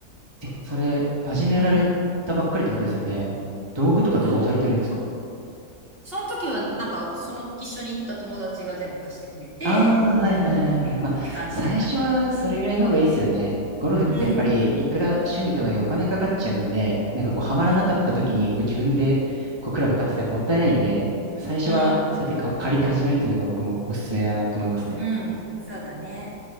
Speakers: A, on the right; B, on the right.
A: ちょっと。
B: え、それ、始められたばっかりってことですよね。
A: うん。
B: 道具とかってどうされてるんですか
A: そう。その時は、なんか、その一緒に行った友達が全部貸してくれて、
B: ああー、はいはいはいはい。
A: うん。
B: まあ、
A: って感じだったけど。
B: 最初はそれぐらいの方がいいですよね。ゴルフってやっぱり、
A: うん。
B: いくら趣味とはいえお金かかっちゃうんで、なんかこう、ハマらなかった時に、
A: うん、
B: こう自分で、こう、クラブ買ってたらもったいないんで、最初は、
A: うん、
B: そうやってか借りて始めるっていうのが僕もおすすめだなって思いますね。
A: うん、そうだね。